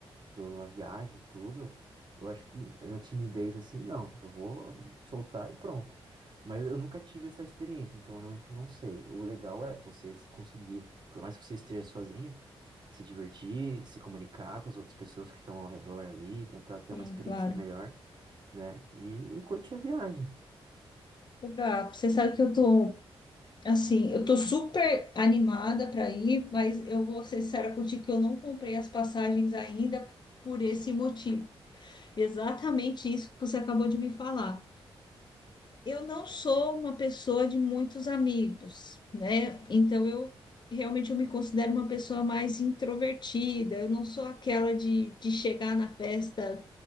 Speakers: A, on the right (about 45°); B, on the left (about 45°).
A: Tô numa viagem, tudo. Eu acho que na timidez, assim, não, eu vou soltar e pronto. Mas eu nunca tive essa experiência, então eu realmente não sei. O legal é você se conseguir, por mais que você esteja sozinha, se divertir, se comunicar com as outras pessoas que estão ao redor ali, tentar ter
B: sim,
A: uma experiência
B: claro.
A: melhor, né? E, e curtir a viagem.
B: O Gá, você sabe que eu tô, assim, eu tô super animada para ir, mas eu vou ser sincera contigo que eu não comprei as passagens ainda por esse motivo. Exatamente isso que você acabou de me falar. Eu não sou uma pessoa de muitos amigos, né? Então eu realmente eu me considero uma pessoa mais introvertida. Eu não sou aquela de, de chegar na festa